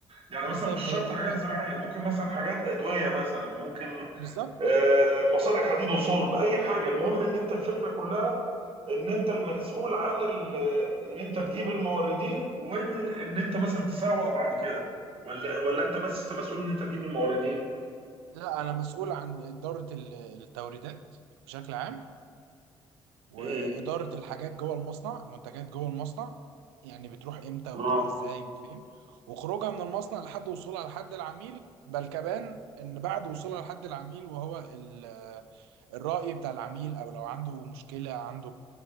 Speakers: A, on the right (about 45°); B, on the right (about 80°).
A: يعني
B: بالظبط
A: مثلا مش شرط
B: هي دي
A: حاجات
B: الفكرة
A: زراعيه ممكن مثلا حاجات ادويه مثلا ممكن
B: بالظبط
A: آه، مصانع حديد وصلب اي حاجه المهم ان انت الفكره كلها ان انت المسؤول عن ال- ان انت تجيب الموردين وان ان انت مثلا تسوق بعد كده ولا ولا انت بس مسؤول ان انت تجيب الموردين
B: لا انا مسؤول عن اداره ال- التوريدات بشكل عام واداره
A: امم
B: الحاجات جوه المصنع المنتجات جوه المصنع يعني بتروح امتى وتروح
A: اه
B: ازاي وفين وخروجها من المصنع لحد وصولها لحد العميل بل كمان ان بعد وصولها لحد العميل وهو ال- الراي بتاع العميل او لو عنده مشكله عنده